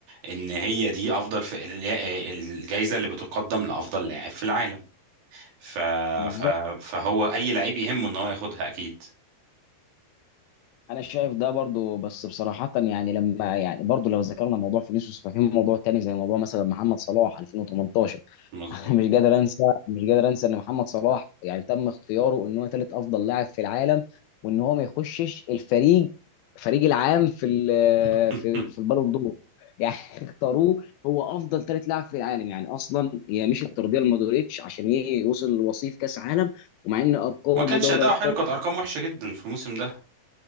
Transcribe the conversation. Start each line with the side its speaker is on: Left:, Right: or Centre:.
Right: ان هي دي افضل في الجائزة اللي بتقدم لافضل لاعب في العالم ف...
Left: بالظبط
Right: ف... فهو اي لعيب يهمه ان هو ياخدها اكيد
Left: انا شايف ده برضو بس بصراحه يعني لما يعني برضو لو ذكرنا موضوع فينيسيوس ففي موضوع تاني زي موضوع مثلا محمد صلاح 2018
Right: مظبوط
Left: <laughs> انا مش قادر انسى مش قادر انسى ان محمد صلاح يعني تم اختياره ان هو ثالث افضل لاعب في العالم وان هو ما يخشش الفريق فريق العام في ال-
Right: <laughs>
Left: في في البالون دور يعني <laughs> اختاروه هو افضل ثالث لاعب في العالم يعني اصلا هي مش الترضيه لمودريتش عشان ي- يوصل لوصيف كاس عالم ومع ان ارقام
Right: ما كانش
Left: ودوري
Right: اداؤه
Left: ابطال
Right: حلو كانت ارقام وحشه جدا في الموسم ده